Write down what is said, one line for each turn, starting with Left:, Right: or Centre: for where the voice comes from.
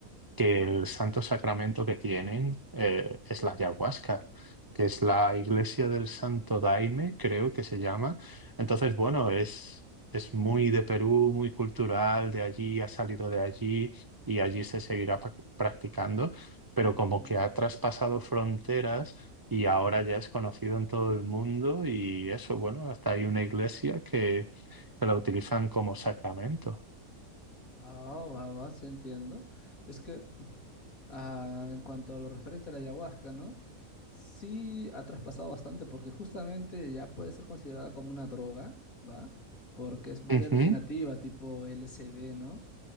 Right: que el santo sacramento que tienen eh, es la ayahuasca, que es la iglesia del Santo Daime, creo que se llama. Entonces, bueno, es, es muy de Perú, muy cultural, de allí, ha salido de allí y allí se seguirá prac- practicando, pero
Left: mm.
Right: como que ha traspasado fronteras. Y ahora ya es conocido en todo el mundo y eso, bueno, hasta hay una iglesia que la utilizan como sacramento.
Left: Ah, va, va, sí entiendo. Es que Ah, en cuanto a lo referente a la ayahuasca, ¿no? Sí ha traspasado bastante porque justamente ya puede ser considerada como una droga, ¿va? Porque es muy
Right: Ujú.
Left: alucinativa, tipo LSD, ¿no?